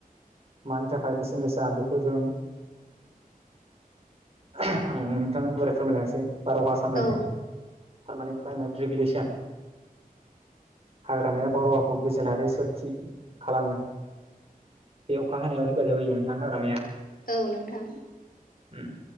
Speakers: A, on the right; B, on the left.
A: मानि थाखाय बेसेन गोसा बेखौ जों आं नोंथांनो गुवारै फोरमायना मोनोसै बारहावा सामलायनाय
B: औ
A: पारमानेट क्लायमेट रेगुलेसन। हाग्रामाया बारहावाखौ गोजोन आरो सोरखि खालामो। बे अखा हानायाव हेफाजाब होयो नोंथां हाग्रामाया।
B: औ नोंथां
A: उम